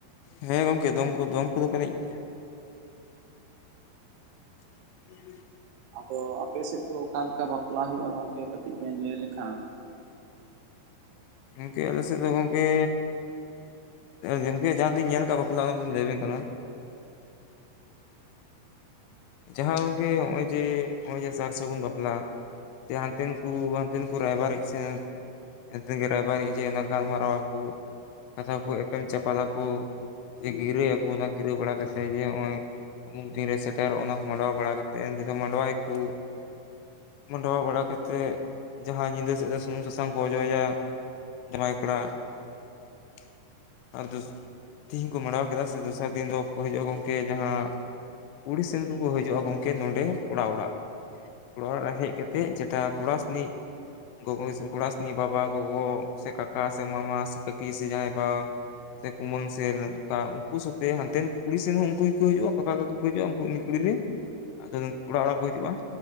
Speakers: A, on the left; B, on the right.
A: ᱦᱮᱸ ᱜᱚᱝᱠᱮ ᱫᱚᱝ ᱠᱚ ᱫᱚᱝ ᱠᱚᱫᱚ ᱠᱚ ᱮᱱᱮᱡ ᱜᱮᱭᱟ ᱾ <inaudible>
B: ᱟᱫᱚ ᱟᱯᱮᱥᱮᱫ ᱫᱚ ᱚᱠᱟ ᱞᱮᱠᱟ ᱵᱟᱯᱞᱟ ᱦᱩᱭᱩᱜᱼᱟ ᱜᱚᱝᱠᱮ ᱠᱟᱹᱴᱤᱡ ᱵᱮᱱ ᱞᱟᱹᱭ ᱞᱮᱠᱷᱟᱱ
A: ᱜᱚᱝᱠᱮ ᱟᱞᱮ ᱥᱮᱫ ᱫᱚ ᱜᱚᱝᱠᱮ ᱜᱚᱝᱠᱮ ᱡᱟᱦᱟᱸ ᱛᱤᱱᱟᱹᱜ ᱤᱧ ᱧᱮᱞ ᱠᱟᱜ ᱵᱟᱯᱞᱟ ᱚᱱᱟ ᱠᱚᱞᱤᱧ ᱞᱟᱹᱭ ᱟᱵᱮᱱ ᱠᱟᱱᱟ ᱾ ᱡᱟᱦᱟᱸ ᱜᱚᱝᱠᱮ ᱱᱚᱜᱼᱚᱭ ᱡᱮ ᱱᱚᱜᱼᱚᱭ ᱡᱮ ᱥᱟᱨ ᱥᱟᱹᱜᱩᱱ ᱵᱟᱯᱞᱟ ᱥᱮ ᱦᱟᱱᱛᱮᱱ ᱠᱚ ᱦᱟᱱᱛᱮᱱ ᱠᱚ ᱨᱟᱭᱵᱟᱨᱤᱡ ᱥᱮ ᱚᱱᱛᱮᱱ ᱜᱮ ᱨᱟᱭᱵᱟᱨᱤᱡ ᱡᱮ ᱜᱟᱞᱢᱟᱨᱟᱣ ᱟᱠᱚ ᱠᱟᱛᱷᱟ ᱠᱚ ᱮᱯᱮᱢ ᱪᱟᱯᱟᱞ ᱟᱠᱚ ᱾ ᱡᱮ ᱜᱤᱨᱟᱹᱭ ᱟᱠᱚ ᱚᱱᱟ ᱜᱤᱨᱟᱹ ᱵᱟᱲᱟ ᱠᱟᱛᱮ ᱜᱮ ᱦᱚᱸᱜ-ᱚᱭ ᱚᱢᱩᱠ ᱫᱤᱱ ᱨᱮ ᱥᱮ ᱴᱮᱨᱚᱜ ᱚᱱᱟ ᱠᱚ ᱢᱟᱰᱣᱟ ᱵᱟᱲᱟ ᱠᱟᱛᱮ ᱢᱟᱰᱣᱟᱭ ᱟᱠᱚ ᱾ ᱢᱟᱰᱣᱟ ᱵᱟᱲᱟ ᱠᱟᱛᱮᱫ ᱡᱟᱦᱟᱸ ᱧᱤᱫᱟᱹ ᱥᱮᱫ ᱫᱚ ᱥᱩᱱᱩᱢ ᱥᱟᱥᱟᱝ ᱠᱚ ᱚᱡᱚᱜ ᱟᱭᱟ ᱡᱟᱢᱟᱭ ᱠᱚᱲᱟ ᱾ <inaudible> ᱟᱫᱚ <inaudible> ᱛᱤᱦᱤᱧ ᱠᱚ ᱢᱟᱸᱰᱟᱣᱟ ᱠᱮᱫᱟ ᱥᱮ ᱫᱚᱥᱟᱨ ᱫᱤᱱ ᱫᱚᱠᱚ ᱦᱤᱡᱩᱜᱼᱟ ᱜᱚᱝᱠᱮ ᱡᱟᱦᱟᱸ ᱠᱩᱲᱤ ᱥᱮᱱ ᱠᱚᱠᱚ ᱦᱤᱡᱩᱜᱼᱟ ᱜᱚᱝᱠᱮ ᱱᱚᱰᱮ ᱠᱚᱲᱟᱜ ᱚᱲᱟᱜ᱾ ᱚᱲᱟᱜ ᱚᱲᱟᱜ ᱦᱮᱡ ᱠᱟᱛᱮᱫ ᱪᱮᱛᱟ ᱠᱚᱲᱟ ᱥᱮᱱᱤᱡ ᱜᱚᱜᱚ ᱥᱮ ᱠᱚᱲᱟ ᱥᱤᱱᱤ ᱵᱟᱵᱟ ᱜᱚᱜᱚ ᱥᱮ ᱠᱟᱠᱟ ᱥᱮ ᱢᱟᱢᱟ ᱥᱮ ᱠᱟᱠᱤ ᱥᱮ ᱡᱟᱦᱟᱸᱭ ᱵᱟ ᱥᱮ ᱠᱩᱢᱟᱹᱝ ᱥᱮᱞ ᱚᱱᱠᱟ ᱩᱱᱠᱩ ᱥᱟᱛᱮ ᱦᱟᱱᱛᱮᱱ ᱠᱩᱲᱤ ᱥᱮᱱ ᱦᱚᱸ ᱩᱱᱠᱩ ᱜᱮᱠᱚ ᱦᱤᱡᱩᱼᱟ ᱠᱟᱠᱟ ᱠᱟᱠᱩ ᱦᱤᱡᱩᱜᱼᱟ ᱩᱱᱠᱩ ᱩᱱᱤ ᱠᱩᱲᱤᱨᱮᱱ ᱟᱫᱚ ᱠᱚᱲᱟ ᱚᱲᱟᱜ ᱠᱚ ᱦᱤᱡᱩᱜᱼᱟ᱾